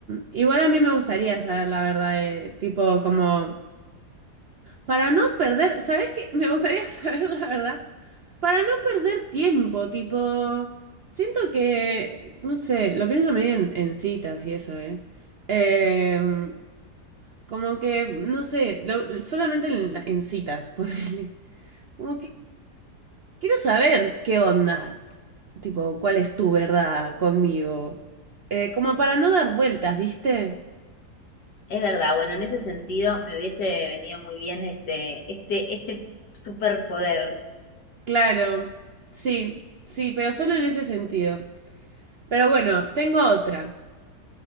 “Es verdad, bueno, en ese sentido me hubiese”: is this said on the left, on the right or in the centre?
Left